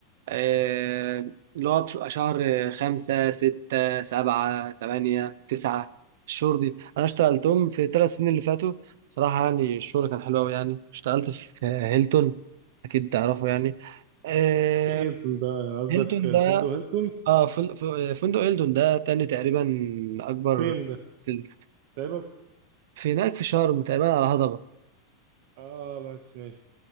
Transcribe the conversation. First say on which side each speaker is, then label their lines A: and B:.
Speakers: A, on the right (about 70°); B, on the right (about 55°).
A: آه، اللي هو بش- شهر خمسة ستة سبعة تمانية تسعة الشهور دي انا اشتغلتهم في الثلاث سنين اللي فاتوا صراحة يعني الشغل كان حلو قوي يعني اشتغلت في هيلتون اكيد تعرفه يعني آه،
B: ايه هيلتون ده قصدك
A: هيلتون
B: فندق هيلتون
A: اه فن- ف- فندق هيلتون ده تاني تقريبا اكبر
B: فين ده
A: في ال-
B: تقريبا
A: في هناك في شرم تقريبا على هضبة
B: اه بس ماشي